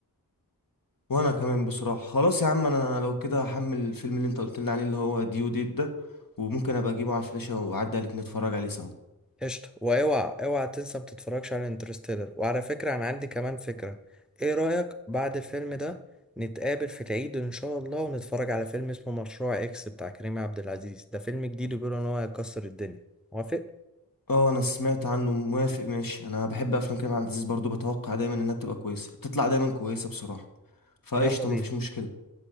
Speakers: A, on the left; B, in the centre.
A: وانا كمان بصراحه خلاص يا عم انا لو كده هحمل الفيلم اللي انت قلت لي عليه اللي هو ديو ديت ده وممكن ابقى اجيبه على الفلاشه واعدي عليك نتفرج عليه سوا
B: قشطه واوعى اوعى تنسى ما تتفرجش على انترستيلر وعلى فكره انا عندي كمان فكره ايه رايك بعد الفيلم ده نتقابل في العيد ان شاء الله ونتفرج على فيلم اسمه مشروع اكس بتاع كريم عبد العزيز ده فيلم جديد وبيقولوا ان هو هيكسر الدنيا موافق
A: اه انا سمعت عنه موافق ماشي انا بحب افلام كريم عبد العزيز برضو بتوقع دايما انها بتبقى كويسه بتطلع دايما كويسه بصراحه فقشطه
B: يلا بينا
A: مفيش مشكله